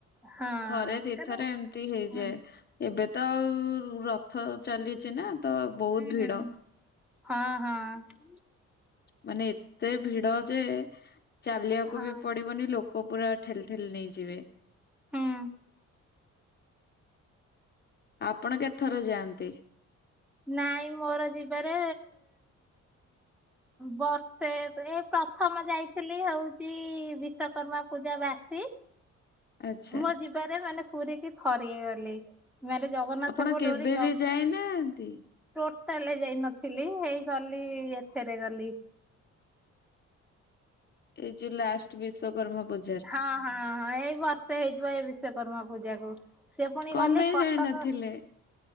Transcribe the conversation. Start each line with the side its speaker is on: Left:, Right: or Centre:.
Centre: ହଁ
Left: ଥରେ ଦି
Centre: କାରଣ
Left: ଥର ଏମିତି ହେଇଯାଏ।
Centre: ହୁଁ
Left: ଏବେ ତ ଆଉ ରଥ ଚାଲିଚି ନା ତ ବହୁତ
Centre: ହୁଁ
Left: ଭିଡ।
Centre: ହଁ, ହଁ।
Left: ମାନେ ଏତେ ଭିଡ ଯେ ଚାଲିବାକୁ
Centre: ହଁ
Left: ବି ପଡିବନି ଲୋ କ ପୁରା ଠେଲି ଠେଲି ନେଇଯିବେ।
Centre: ହୁଁ
Left: ଆପଣ କେତେଥର ଯାଆନ୍ତି?
Centre: ନାଇଁ ମୋର ଯିବାରେ ବର୍ଷେ ଏ ପ୍ରଥମ ଯାଇଥିଲି ହଉଛି ବିଶ୍ଵକର୍ମା ପୂଜା ବାସୀ।
Left: ଆଚ୍ଛା
Centre: ମୁଁ ଯିବାରେ ମାନେ ପୁରୀ କି ଥରିଏ ଗଲି। ମାନେ ଜଗନ୍ନାଥଙ୍କ
Left: ଆପଣ କେବେ
Centre: ଡୋରି ଜ
Left: ବି ଯାଇନାହାନ୍ତି।
Centre: ଟୋଟାଲେ ଯାଇ ନଥିଲି ହେଇ ଗଲି ଏଥେରେ ଗଲି।
Left: ଏଇ ଯଉ ଲାଷ୍ଟ ବିଶ୍ଵକର୍ମା ପୂଜା।
Centre: ହଁ, ହଁ, ହଁ ଏଇ ବର୍ଷେ ହେଇଯିବ ଏଇ ବିଶ୍ଵକର୍ମା ପୂଜାକୁ। ସେ ପୁଣି
Left: କଣ
Centre: ଗଲି
Left: ପାଇଁ
Centre: କଟକ
Left: ଯାଇନଥିଲେ?